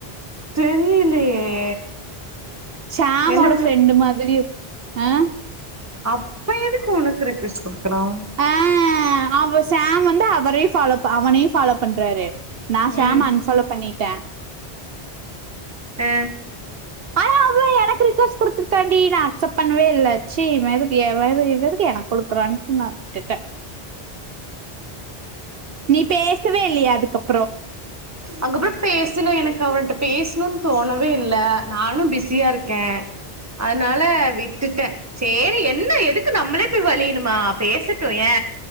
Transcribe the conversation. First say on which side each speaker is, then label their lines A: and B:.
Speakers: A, on the right; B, on the right.
A: தெரியலையே
B: ஷேமோட
A: என்ன
B: ஃப்ரெண்டு் மாதிரி அ
A: அப்ப எதுக்கு உனக்கு ரெக்வெஸ்ட்டு குடுக்குலாம்
B: ஆ அவ ஷேம் வந்து அவரையு ஃபாலோ அவனையு ஃபாலோ பண்றாரு நா ஷேம்ம
A: ம்
B: அன்ஃபாலோ பண்ணிட்ட
A: ஆ
B: ஆனா அவ எனக்கு ரி்க்வெஸ்ட் குடுத்துருக்காண்டி நா அக்ச்ப் பண்ணவே இல்லா சி இவ எதுக்கு இவ எது இவ எதுக்கு எனக்கு கொடுறான்ட்டு நா விட்டுட்ட நீ பேசவே இல்லியா அதுக்கப்
A: அங்கப்புறோ பேசல எனக்கு அவன்ட்ட பேஸ்ணுன் தோணவே இல்ல நானு பிஸியாருக்கே அதனால விட் டுட்ட சேரி என்ன எதுக்கு நம்ளே போய் வலியனுமா பேசட்டு ஏ